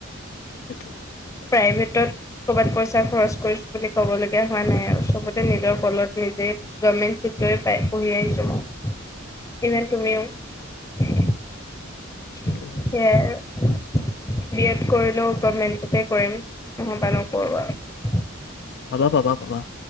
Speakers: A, on the left; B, on the left.
A: তাক
B: <unintelligible> এনেই তুমিও উম সেয়াই
A: সেইটো
B: আৰু বি এড কৰিলও গভমেন্টতে কৰিম নহবা নকৰোঁ আৰু
A: পাবা পাবা পাবা